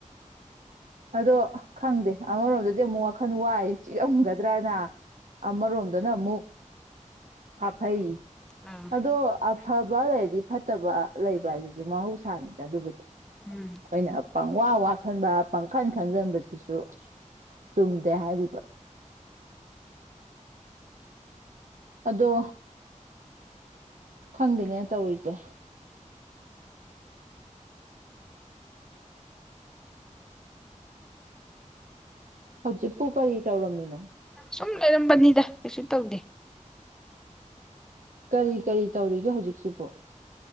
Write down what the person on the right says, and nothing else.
ꯑꯗꯣ ꯈꯪꯗꯦ ꯑꯃꯔꯣꯝꯗꯗꯤ ꯑꯃꯨꯛ ꯋꯥꯈꯜ ꯋꯥꯏ ꯆꯤꯛꯉꯝꯒꯗ꯭ꯔꯅ ꯑꯃꯔꯣꯝꯗꯅ ꯑꯃꯨꯛ ꯁꯥꯐꯩ
ꯑꯗꯣ ꯐꯕ ꯂꯩꯔꯗꯤ ꯐꯠꯇꯕ ꯂꯩꯕ ꯍꯥꯏꯁꯤꯁꯨ ꯃꯍꯧꯁꯥꯅꯤꯗ ꯑꯗꯨꯕꯨꯗꯣ
ꯑꯩꯅ ꯄꯪꯋꯥ ꯋꯥꯁꯟꯗ ꯄꯥꯡꯈꯟ ꯈꯟꯖꯟꯕꯁꯤꯁꯨ ꯆꯨꯝꯗꯦ ꯍꯥꯏꯔꯤꯕ ꯑꯗꯣ ꯈꯪꯗꯦꯅꯦ ꯇꯧꯔꯤꯁꯦ ꯍꯧꯖꯤꯛꯄꯨ ꯀꯔꯤ ꯇꯧꯔꯝꯃꯤꯅꯣ
ꯀꯔꯤ ꯀꯔꯤ ꯇꯧꯔꯤꯒꯦ ꯍꯧꯖꯤꯛꯁꯤꯕꯣ